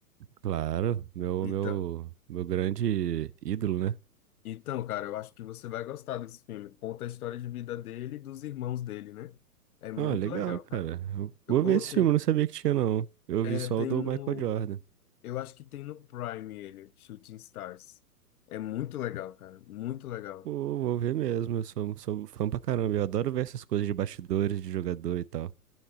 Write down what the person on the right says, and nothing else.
Claro, meu,
meu, meu grande ídolo, né?
Ah, legal,
cara.
Eu vou
ver esse filme, eu não sabia que tinha, não. Eu
vi só
o do
Michael Jordan.
Pô, vou ver mesmo, eu sou, sou fã pra caramba. Eu adoro ver essas coisas de bastidores, de jogador e tal.